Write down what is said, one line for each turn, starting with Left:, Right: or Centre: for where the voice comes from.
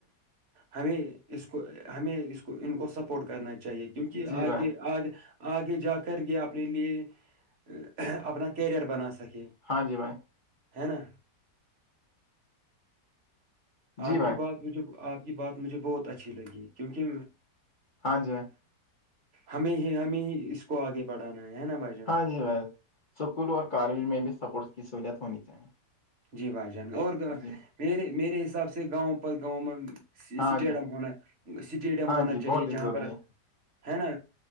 Right: ہمیں اس کو ہمیں اس کو ان کو سپورٹ کرنا چاہیے کہ کیونکہ
Left: جی
Right: آگے
Left: بھائی
Right: آ آگے جا کر یہ اپنے لیے اپنا کیریئر بنا سکے
Left: ہاں جی بھائی
Right: ہے نا
Left: جی
Right: آپ
Left: بھائی
Right: کی بات مجھے آپ کی بات مجھے بہت اچھی لگی کیونکہ
Left: ہاں جی میں
Right: ہمیں ہی ہمیں ہی اس کو آگے بڑھانا ہے ہے نا بھائی جان
Left: ہ اسکول اور کالج میں بھی سپورٹس کی سہولت ہونی چاہیے
Right: جی بھائی جان اور
Left: جی
Right: میرے میرے حساب سے گاؤں پر گاؤں میں اسٹیڈیم
Left: ہاں جی
Right: ہونا اسٹیڈیم
Left: ہاں
Right: ہونا
Left: جی
Right: چاہیے
Left: بہت ہی
Right: جہاں
Left: ضروری
Right: پر
Left: ہے
Right: ہے نا